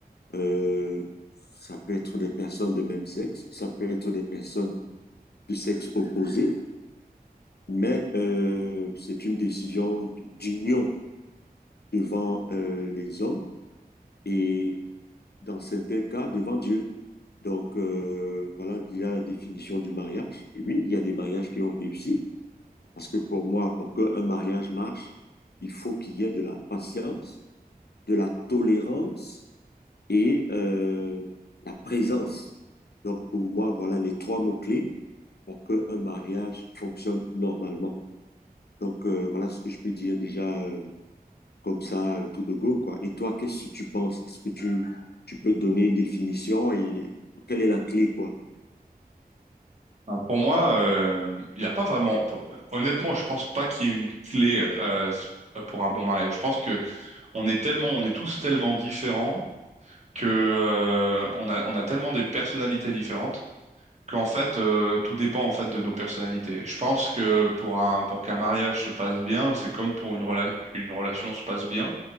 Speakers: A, on the left; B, on the right.
A: Euh, ça peut être des personnes de même sexe, ça peut être des personnes de sexe opposé, mais euh, c'est une décision d'union devant euh, les hommes. et dans certains cas devant Dieu. Donc, euh, voilà déjà la définition du mariage. Et oui, il y a des mariages qui ont réussi, parce que pour moi, pour qu'un mariage marche, il faut qu'il y ait de la patience, de la tolérance et euh, la présence. Donc, pour moi, voilà les trois mots-clés pour qu'un mariage fonctionne normalement. Donc, euh, voilà ce que je peux dire déjà euh, comme ça, tout de go, quoi. Et toi, qu'est-ce que tu penses? Est-ce que tu, tu peux donner une définition et quelle est la clé, quoi?
B: Ben, Pour moi, euh, il n'y a pas vraiment. Honnêtement, je pense pas qu'il y ait une clé euh, pour un bon mariage. Je pense que on est tellement, on est tous tellement différents que euh, on a on a tellement des personnalités différentes qu'en fait euh, tout dépend en fait de nos personnalités. Je pense que pour un pour qu'un mariage se passe bien, c'est comme pour une rela- qu'une relation se passe bien,